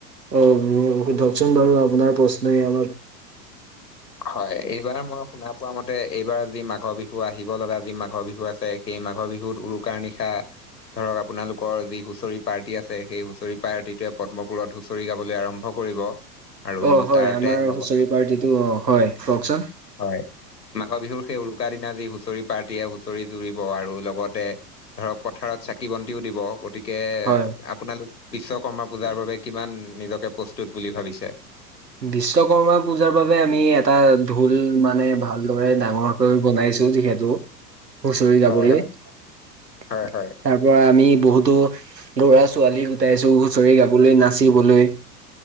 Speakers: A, on the right; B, on the left.
A: অ' সোধকচোন বাৰু? আপোনাৰ প্ৰশ্নই অলপ-
B: হয়, এইবাৰ মই শুনা পোৱা মতে এইবাৰ যি মাঘৰ বিহু আহিব লগা যি মাঘৰ বিহু আছে, সেই মাঘৰ বিহুত উৰুকাৰ নিশা ধৰক আপোনালোকৰ যি হুঁচৰি পাৰ্টি আছে- সেই হুঁচৰি পাৰ্টিটোৱে পদ্মপুৰত হুঁচৰি গাবলৈ আৰম্ভ কৰিব! আৰু
A: অ' হয়!
B: তাতে
A: আমাৰ
B: লগত
A: হুচৰি পাৰ্টিটো অ' হয়! কওকচোন!
B: হয়, মাঘৰ বিহুৰ সেই উৰুকা দিনা যি হুঁচৰি পাৰ্টিয়ে হুঁচৰি জুৰিব আৰু লগতে ধৰক পথাৰত চাকি-বন্তিও দিব! গতিকে,
A: হয়
B: আপোনালোক বিশ্বকৰ্মা পূজাৰ বাবে কিমান নিজকে প্ৰস্তুত বুলি ভাবিছে?
A: বিশ্বকৰ্মা পূজাৰ বাবে আমি এটা ঢোল মানে ভাল দৰে ডাঙৰকে বনাইছো যিহেতু হুঁচৰি গাবলৈ।
B: হয়, হয়,
A: তাৰ
B: হয়, হয়,
A: পৰা আমি বহুতো ল'ৰা-ছোৱালী গোটাইছো হুঁচৰি গাবলৈ, নাচিবলৈ